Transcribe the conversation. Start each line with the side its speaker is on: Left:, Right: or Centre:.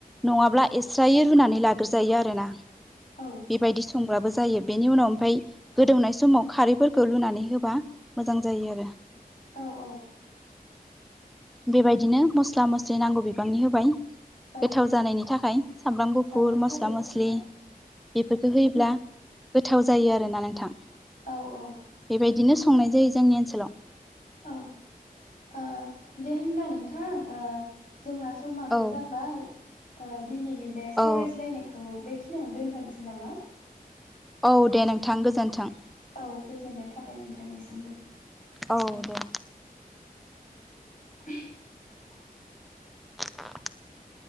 Centre: नंङाब्ला एस्रायै रुनानै लाग्रोजायो आरो ना
Left: औ
Centre: बेबायदि सं ब्लाबो जायो बेनि उनाव ओमफ्राय गोदौनाय समाव खारैफोरखौ लुनानै होबा मोजां जायो आरो
Left: औ औ
Centre: बेबायदिनो मस्ला मस्लि नांगौ बिबांनि होबाय
Left: औ
Centre: गोथाव जानायनि थाखाय सामब्राम गुफुर
Left: औ थारैनो
Centre: मस्ला मस्लि
Left: नोंथां
Centre: बेफोरखौ होयोब्ला गोथाव जायो आरोना नोंथां
Left: औ औ
Centre: बेबायदिनो संनाय जायो जोंनि ओनसोलाव
Left: औ ओ दे होनब्ला नोंथां जोंना समाबो
Centre: औ
Left: जाबाय ओ दिनैनि बे सावरायज्लायनायखौ
Centre: औ
Left: बे दोंथ'नोसै नामा?
Centre: औ दे नोंथां गोजोन्थों।
Left: औ गोजोननाय थाबाय नोंथांनिसिमबो।
Centre: औ दे
Left: <inaudible>
Centre: <inaudible>